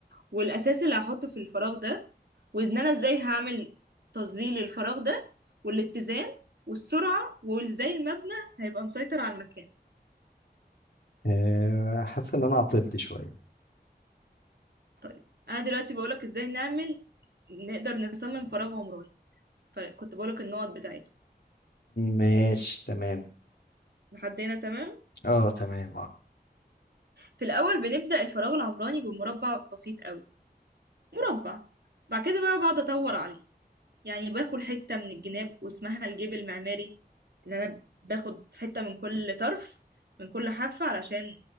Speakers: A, on the right; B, on the left.
A: والأساس اللي هحطه في الفراغ ده وإن أنا إزاي هعمل تظليل الفراغ ده والاتزان والسرعة وإزاي المبنى هيبقى مسيطر على المكان
B: آه، حاسس ان انا عطلت شويه
A: طيب أنا دلوقتي بقولك إزاي نعمل نقدر نصمم فراغ عمراني فكنت بقولك النقط بتاعته
B: ماشي تمام
A: لحد هنا تمام
B: اه تمام اه
A: في الأول بنبدأ الفراغ العمراني بمربع بسيط أوي مربع بعد كده بقى بقعد أطور عليه يعني باكل حتة من الجناب واسمها الجيب المعماري اللي أنا باخد حتة من كل طرف من كل حافة علشان